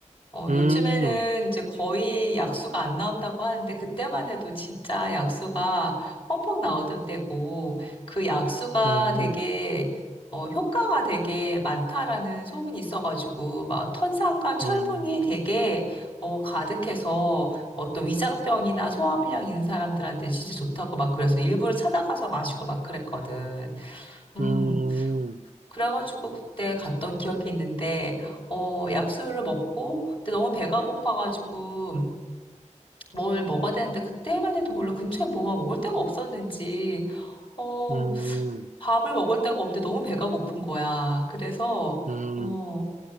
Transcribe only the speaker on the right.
음,
음,
음,
음,
음,
음,
음.